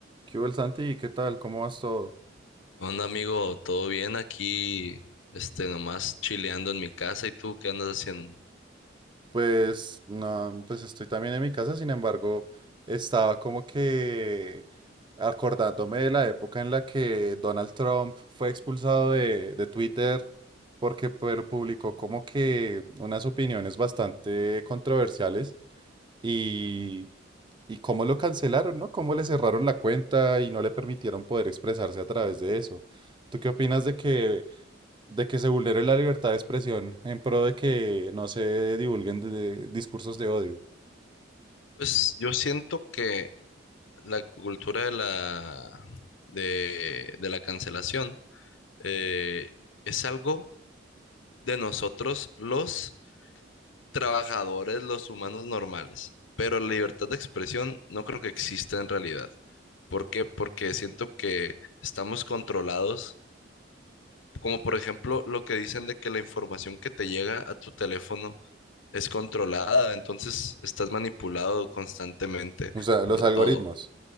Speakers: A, on the right; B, on the left.
A: ¿Qué hubo, el Santi? ¿Qué tal? ¿Cómo vas todo?
B: Onda amigo, ¿todo bien aquí? Este, nomás chileando en mi casa, ¿y tú qué andas haciendo?
A: Pues, no, pues estoy también en mi casa, sin embargo, estaba como que acordándome de la época en la que Donald Trump fue expulsado de, de Twitter porque pues, publicó como que unas opiniones bastante controversiales y, y cómo lo cancelaron, ¿no? Cómo le cerraron la cuenta y no le permitieron poder expresarse a través de eso. ¿Tú qué opinas de que de que se vulnere la libertad de expresión en pro de que no se divulguen de- de discursos de odio.
B: Pues yo siento que la cultura de la de, de la cancelación eh, es algo de nosotros los trabajadores, los humanos normales, pero la libertad de expresión no creo que exista en realidad. ¿Por qué? Porque siento que estamos controlados, como por ejemplo lo que dicen de que la información que te llega a tu teléfono es controlada, entonces estás manipulado constantemente
A: O sea,
B: por
A: los
B: todo.
A: algoritmos,